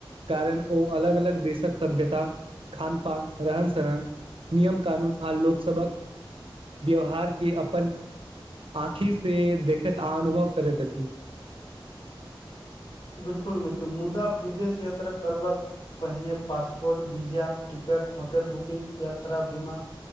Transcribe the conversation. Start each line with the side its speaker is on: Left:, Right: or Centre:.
Right: कारण ओ अलग अलग देशक सभ्यता खान पान रहन सहन नियम कानून आर लोकसभक व्यवहार के अपन आँखि से देखैत आ अनुभव करैत अछि ठि <inaudible>
Left: बिल्कुल मित्र मुदा विदेश यात्रा करबाक पहिने passport visa ticket hotel booking यात्रा बीमा